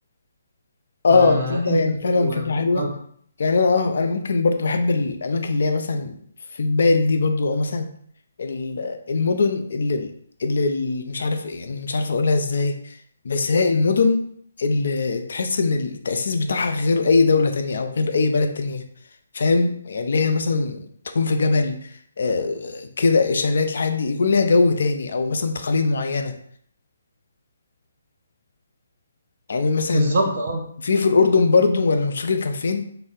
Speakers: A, on the right (about 45°); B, on the left (about 70°).
A: فانت
B: اه تبدا يعني
A: لو-
B: فعلا فكره حلوه
A: آه، آه،
B: يعني انا اه انا ممكن برضو بحب الاماكن اللي هي مثلا في جبال دي برضو او مثلا ال- المدن اللي اللي اللي مش عارف إيه، يعني مش عارف اقولها ازاي بس هي المدن اللي تحس ان التأسيس بتاعها غير اي دولة تانية او غير اي بلد تانية فاهم يعني اللي هي مثلا تكون في جبل آه، كده شلالات الحاجات دي يكون ليها جو تاني او مثلا تقاليد معينة يعني مثلا
A: بالظبط اه
B: في في الأردن برضو ولا مش فاكر كان فين